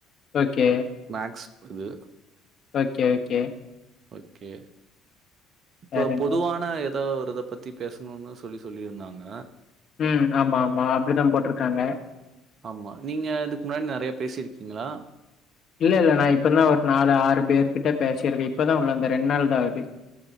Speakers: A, on the left; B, on the right.
A: ஓகே
B: மேக்ஸ் இது
A: ஓகே ஓகே
B: ஓகே இப்போ
A: வேற என்ன
B: பொதுவான ஏதா ஒரு இத பத் தி பேசணுனு சொல்லி சொல்லி இருந்தாங்க
A: ம் ஆமா ஆமா அப்டிதா போட்ருக்காங்க
B: ஆமா நீங்க இதுக் முன்னாடி நெறைய பேசி இருக்கீங்களா
A: இல்ல இல்ல நா இப்பதா ஒரு நாலு ஆறு பேரு கிட்ட பேசியிருக்கே இப்ப தா உள்ளந்தே ரெண்டு நாள் தா ஆவுது <inaudible>